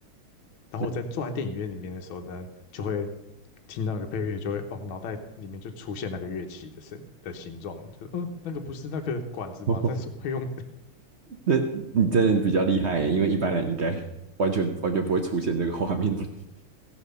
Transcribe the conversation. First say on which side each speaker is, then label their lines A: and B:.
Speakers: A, on the left (about 70°); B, on the right (about 75°).
A: 然后我在坐在电影院里面的时候呢，
B: 那
A: 就会听到那个配乐，就会哦，脑袋里面就出现那个乐器的声的形状，就嗯，那个不是那个管子吗？
B: <laughs> 哦，
A: <laughs> 但是会用
B: 那你真的是比较厉害耶因为一般人应该 <laughs> 完全完全不会出现这个画面的。<laughs>